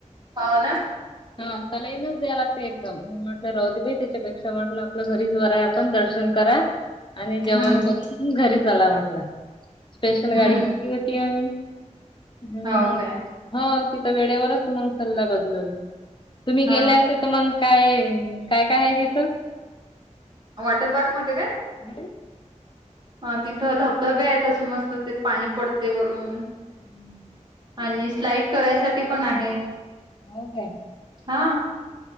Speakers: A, on the right (about 35°); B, on the left (about 40°).
A: हाव ना.
B: हा सलाईनच द्या लागते एकदम. म्हटल राहु दे बाई त्याच्यापेक्षा म्हटल आपल घरीचर आहे आपल. पण दर्शन करा, आणि जेवण
A: हम्म,
B: करून घरी चला म्हटल. स्पेशल गाडी
A: हम्म.
B: केली होती आम्ही. हम्म
A: हो काय.
B: ह तिथ वेळेवरच मग सल्ला बदलवली. तुम्ही
A: हां
B: गेल्या
A: ना
B: तिथ मग काय, काय काय आहेय तिथ.
A: वॉटर पार्क मध्ये काय?
B: <inaudible>
A: अ तिथ धबधबे आहेत. असे मस्त ते पाणी पडते वरून.
B: <inaudible>
A: आणि स्लाइड करायसाठी पण आहेत.
B: हो काय
A: हा